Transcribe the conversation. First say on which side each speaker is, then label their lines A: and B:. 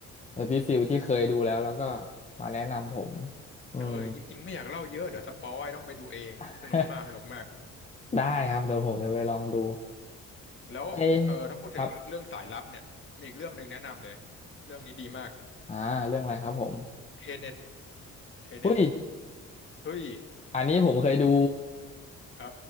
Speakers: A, on the left (about 20°); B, on the left (about 40°).
A: เออพี่ฟิลที่เคยดูแล้วแล้วก็มาแนะนำผมอืม
B: เออจริงๆไม่อยากเล่าเยอะเดี๋ยวสปอยต้องไปดูเองสนุกมากสนุกมาก
A: <laughs> ได้ครับเดี๋ยวผมจะไปลองดู
B: แล้วเออถ้าพูดถึงเรื่องสายลับเนี่ยมีอีกเรื่องหนึ่งแนะนำเลย
A: ไอ้ครับ
B: เรื่องนี้ดีมาก
A: อ่าเรื่องอะไรครับผม
B: เทเน็ตเทเน็ต
A: อุ้ย
B: เฮ้ย
A: อันนี้ผมเคยดู
B: เออ